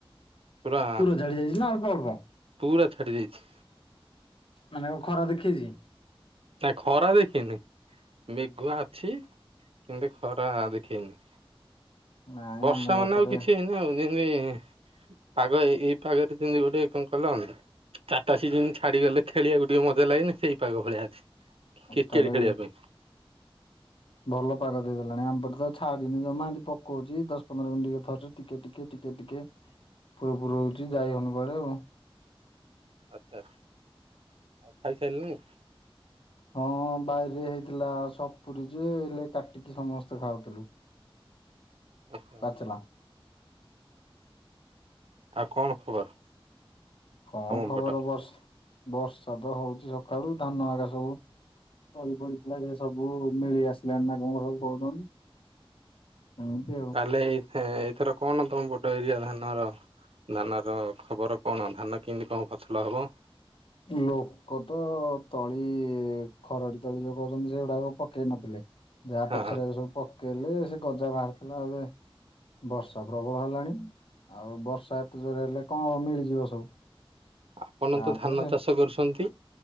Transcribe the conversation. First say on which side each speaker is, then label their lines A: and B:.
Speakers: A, on the right; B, on the left.
A: ପୁରା
B: ଛାଡି ଯାଇଛି ନା ଅଳ୍ପ ଅଳ୍ପ
A: ପୁରା ଛାଡି ଯାଇଛି।
B: ମାନେ ଆଉ ଖରା ଦେଖେଇଛି?
A: ନା ଖରା ଦେଖେଇନି ମେଘୁଆ ଅଛି କିନ୍ତୁ ଖରା ଦେଖେଇନି।
B: ନାଇଁ
A: ବର୍ଷା
B: ଆମ
A: ମାନେ
B: ଏପଟେ
A: ଆଉ କିଛି ହେଇନି ଆଉ ଯେମିତି ପାଗ ଏ ଏଇ ପାଗରେ ଯେମିତି ଗୋଟେ କଣ କଲନି? ଚାରିଟା ସିମି ଛାଡି ଗଲେ ଖେଳିବାକୁ ଟିକେ ମଜା ଲାଗେନି ସେଇ ପାଗ ଭଳିଆ ଅଛି। କ୍ରିକେଟ
B: ତାହେଲେ
A: ଖେଳିବା ପାଇଁ।
B: ଭଲ ପାଗ ଦେଇଦେଲାଣି ଆମପଟେ ତ ଛାଡିିନି ଜମାହେଁତି ପକଉଛି ଦଶ ପନ୍ଦର ମିନିଟ୍ ରେ ଥରେ ଟିକେ ଟିକେ ଟି ଟିକେ ଟିକେ ଫୁର ଫୁରୁ ହଉଛି ଯାଇହଉନି କୁଆଡେ ଆଉ।
A: ଆଚ୍ଛା ଆଚ୍ଛା ଆଉ, ଖାଇସାରିଲୁଣି?
B: ହଁ ବାଇରେ ହେଇଥିଲା ସପୁୁରୀ ଯେ ହେଲେ କାଟିକି ସମସ୍ତେ ଖାଉଥିଲୁ।
A: ଆଚ୍ଛା ଆଚ୍ଛା
B: ବାଚଲ।
A: ଆଉ କଣ ଖବର?
B: କଣ
A: ତମ
B: ଖବର
A: ପଟ?
B: ବର୍ଷ ବର୍ଷାତ ହଉଚି ସକାଳୁ ଧାନ ଆଗା ସବୁ ତଳି ପଡିଥିଲା ଯେ ସବୁ ନେଳି ଆସିଲାଣି ନା କଣ ସବୁ କହୁଛନ୍ତି। ଏମିତି ଅଉ।
A: ହେଲେ ଏ ହେ ଏଥର କଣ ତମ ପଟ ଏରିଆ ଧାନର ଧାନର ଖବର କଣ ଧାନ କେମିତି କଣ ଫସଲ ହେବ?
B: ଲୋକ ତ ତଳି ଖରଡ଼ି ତଳି ଯୋଉ କହୁଛନ୍ତି ସେଗୁଡାକ ପକେଇ ନଥିଲେ। ଯାହା
A: ହଁ
B: ପଛରେ ସବୁ ପକେଇଲେ ସେ ଗଜା ବାହାରିଥିଲା ଏବେ ବର୍ଷା ପ୍ରବଳ ହେଲାଣି। ଆଉ ବର୍ଷା ଏତେ ଜୋରେ ହେଲେ କଣ ମିଳିଯିବ ସବୁ।
A: ଆପନ
B: ତାପରେ
A: ତ ଧାନ
B: ସେ
A: ଛ କରୁଛନ୍ତି